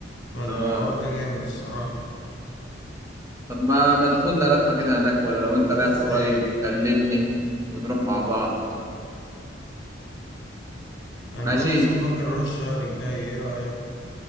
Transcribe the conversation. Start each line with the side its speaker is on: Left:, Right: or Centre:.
Left: فالحوار
Right: اه
Left: ده جامد الصراحة
Right: طب ما ما تاخدنا لفة كده هناك ولا لو انت
Left: بس
Right: رايح قريب
Left: آه،
Right: كلمني ونروح مع بعض
Left: أنا
Right: ماشي
Left: بص بفكر أروح الشهر الجاي إيه رأيك؟